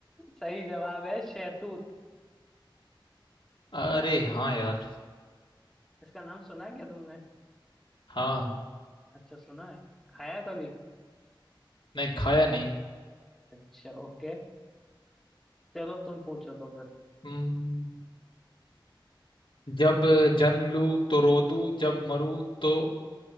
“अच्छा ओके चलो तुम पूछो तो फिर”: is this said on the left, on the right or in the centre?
Centre